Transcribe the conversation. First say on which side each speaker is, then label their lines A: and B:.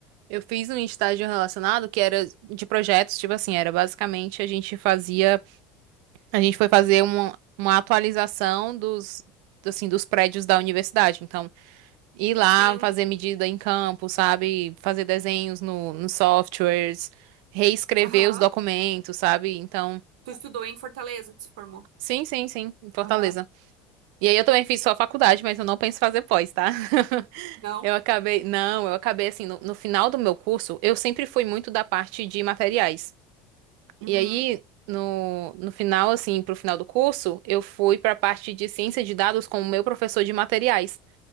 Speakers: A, on the right; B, on the right.
A: Eu fiz um estágio relacionado que era de projetos, tipo assim, era basicamente a gente fazia, a gente foi fazer uma, uma atualização dos, assim, dos prédios da universidade. Então, ir lá
B: Sim.
A: fazer medida em campo, sabe? Fazer desenhos no, nos softwares, reescrever
B: Aham.
A: os documentos, sabe? Então,
B: Tu estudou em Fortaleza, tu se formou.
A: sim, sim, sim, em Fortaleza.
B: Aham.
A: E aí eu também fiz só faculdade, mas eu não penso fazer pós, tá? <laughs>
B: Não?
A: Eu acabei, não, eu acabei assim, no, no final do meu curso, eu sempre fui muito da parte de materiais.
B: Uhum.
A: E aí, no, no final, assim, pro final do curso, eu fui pra parte de ciência de dados com o meu professor de materiais,